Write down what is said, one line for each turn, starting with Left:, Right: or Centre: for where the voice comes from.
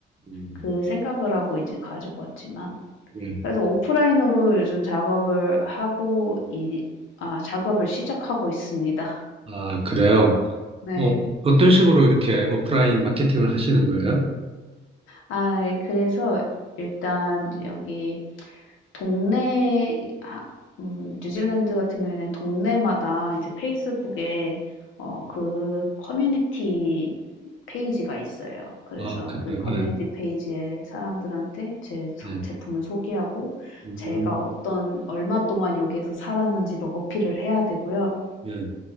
Right: 음,
Left: 그 생각을 하고 이제 가지고 왔지만
Right: 예.
Left: 그래서 오프라인으로 요즘 작업을 하고 이 아 작업을 시작하고 있습니다.
Right: 아, 그래요?
Left: 네.
Right: 어, 어떤 식으로 이렇게 오프라인 마케팅을 하시는 거예요?
Left: 아 그래서 일단 여기 동네 음, 뉴질랜드 같은 경우에는 동네마다 이제 페이스북에 어, 그 커뮤니티 페이지가 있어요. 그래서
Right: 아, 그래요?
Left: 그 커뮤니티 페이지에 사람들한테 제 소-
Right: 예, 예,
Left: 제품을 소개하고
Right: 음,
Left: 제가 어떤 얼마 동안 여기에서 살았는지도 어필을 해야 되고요.
Right: 예,